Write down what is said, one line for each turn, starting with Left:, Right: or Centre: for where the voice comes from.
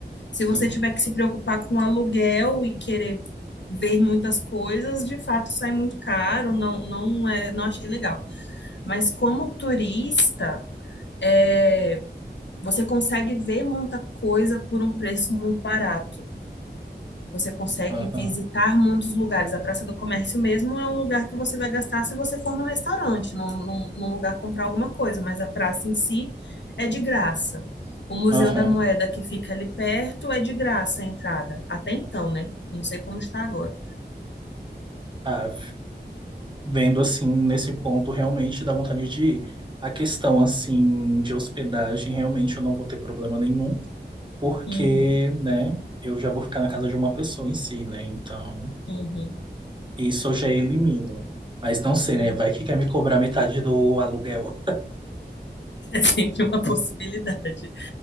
Left: Se
Right: sim,
Left: você tiver que se preocupar com aluguel e querer ver muitas coisas, de fato sai muito caro, não, não é, não achei legal. Mas como turista, é, você consegue ver muita coisa por um preço muito barato. Você consegue
Right: aham,
Left: visitar muitos lugares. A Praça do Comércio mesmo é um lugar que você vai gastar se você for num restaurante, num, num- num lugar comprar alguma coisa, mas a praça em si é de graça. O Museu
Right: aham.
Left: da Moeda que fica ali perto é de graça a entrada. Até então, né? Não sei como está agora.
Right: Ah, vendo assim, nesse ponto, realmente dá vontade de ir. A questão, assim, de hospedagem, realmente eu não vou ter problema nenhum, porque,
Left: Uhum,
Right: né, eu já vou ficar na casa de uma pessoa em si, né, então...
Left: uhum,
Right: Isso eu já elimino. Mas não sei,
Left: uhum.
Right: né? Vai que
Left: <laughs>
Right: quer me cobrar metade do aluguel.
Left: É sempre uma possibilidade.